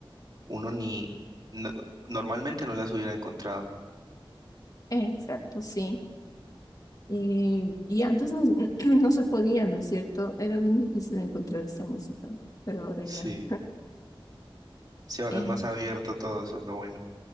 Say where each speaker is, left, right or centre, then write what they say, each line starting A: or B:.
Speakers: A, on the right; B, on the left.
A: uno ni no- normalmente no las hubiera encontrado.
B: Exacto, sí. Y, y antes no, <clears throat> no se podía, ¿no es cierto? Era bien difícil encontrar esta música, pero ahora
A: Sí,
B: ya,
A: sí, ahora
B: eh,
A: es más abierto todo, eso es lo bueno.